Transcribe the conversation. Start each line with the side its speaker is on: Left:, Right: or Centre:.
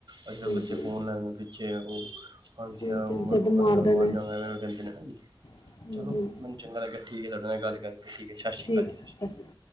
Right: ਅੱਜ-ਕੱਲ
Left: ਹਾਂਜੀ
Right: ਬੱਚੇ ਫੋਨ ਲੈਣ ਦੇ ਪਿੱਛੇ ਓਹ ਹਾਂਜੀ
Left: ਉਹੀ
Right: ਹਾਂ,
Left: ਤੇ
Right: ਓਹ
Left: ਜਿੱਦ ਮਾਰਦੇ
Right: ਕਹਿੰਦਾ ਮੈਂ
Left: ਨੇ
Right: ਮਰਜਾਂਗਾ ਨਈ ਓਹ ਕਹਿੰਦੇ ਨੇ ਹਾਂਜੀ,
Left: ਹਾਂਜੀ
Right: ਚਲੋ
Left: ਹਾਂਜੀ
Right: ਮੈ ਚੰਗਾ ਲੱਗਾ ਠੀਕ ਐ, ਤਾਡੇ ਨਾਲ ਗੱਲ ਕਰਕੇ ਠੀਕ ਐ ਜੀ।
Left: ਠੀਕ ਐ,
Right: ਸਤਿ ਸ਼੍ਰੀ ਅਕਾਲ
Left: ਸਸ ਰੀ